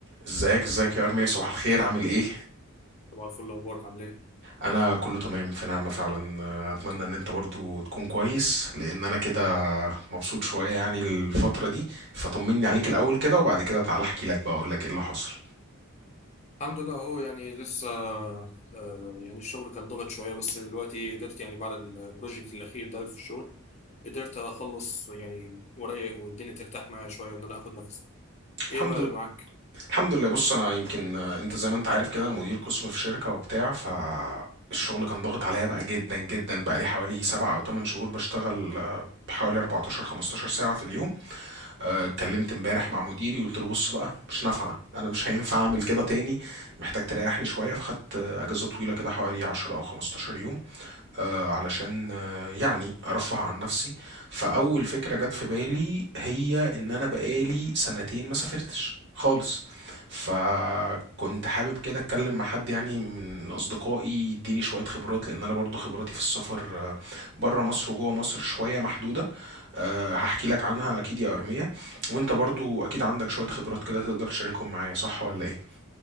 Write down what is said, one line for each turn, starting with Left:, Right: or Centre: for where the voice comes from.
Right: ازيك ازيك يا ارميا صباح الخير عامل ايه
Left: طبعا الفل اخبارك عامل ايه
Right: انا كله تمام في نعمة فعلا آه، اتمنى ان انت برضو تكون كويس لان انا كده مبسوط شوية يعني الفترة دي فطمني عليك الاول كده وبعد كده تعال احكي لك بقى اقول لك ايه اللي حصل
Left: الحمد لله اهو يعني لسه آه، يعني الشغل كان ضغط شويه بس دلوقتي قدرت يعني بعد البروجكت الاخير ده في الشغل قدرت اخلص يعني ورايا والدنيا ترتاح معايا شويه وان انا اخد نفسي ايه
Right: الحمد
Left: بقى
Right: لله
Left: معاك
Right: الحمد لله بص انا يمكن آه، انت زي ما انت عارف كده انا مدير قسم في شركة وبتاع ف الشغل كان ضاغط عليا بقى جدا جدا بقى لي حوالي سبع او 8 شهور بشتغل آه، بحوالي 14 15 ساعة في اليوم آه، اتكلمت امبارح مع مديري وقلت له بص بقى مش نافعه انا مش هينفع اعمل كده تاني محتاج تريحني شويه فخدت آه، اجازه طويله كده حوالي 10 او 15 يوم آه، علشان آه، يعني ارفه عن نفسي فاول فكره جت في بالي هي ان انا بقالي سنتين ما سافرتش خالص فكنت حابب كده اتكلم مع حد يعني من اصدقائي يديني شويه خبرات لان انا برضو خبراتي في السفر بره مصر وجوه مصر شويه محدوده آه، هحكي لك عنها اكيد يا ارميه وانت برضو اكيد عندك شويه خبرات كده تقدر تشاركهم معايا صح ولا ايه